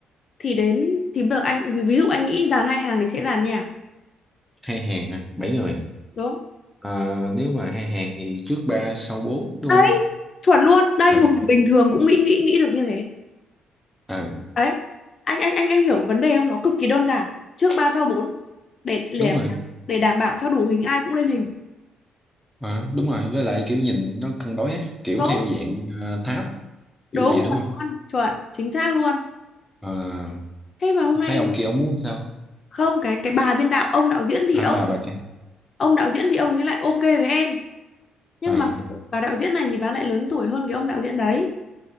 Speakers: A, on the left; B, in the centre.
A: Thì đến thì bây giờ anh ví ví dụ anh nghĩ dàn hai hàng thì sẽ dàn nhạc,
B: hai hàng hả bảy người
A: đúng?
B: à, nếu mà hai hàng thì trước ba sau bốn đúng
A: Đấy,
B: không
A: chuẩn luôn. Đây
B: ừ
A: một người bình thường cũng nghĩ nghĩ nghĩ được như thế.
B: ừ
A: Đấy. Anh anh anh anh hiểu vấn đề không? Nó cực kỳ đơn giản. Trước 3 sau bốn để để
B: đúng rồi
A: để đảm bảo cho đủ hình ai cũng lên hình.
B: à, đúng rồi với lại kiểu nhìn nó cân đối á kiểu
A: Đúng.
B: theo dạng ờ, tháp
A: Đúng
B: kiểu địa
A: rồi
B: đúng không
A: con, chuẩn, chính xác luôn.
B: À,
A: Thế mà hôm nay
B: thấy
A: em
B: ông kia ông muốn sao?
A: không cái cái bà biên đạo, ông đạo diễn thì ông
B: À bà bà kia.
A: ông đạo diễn thì ông ấy lại ok với em, nhưng
B: À
A: mà bà đạo diễn này thì bà lại lớn tuổi hơn cái ông đạo diễn đấy.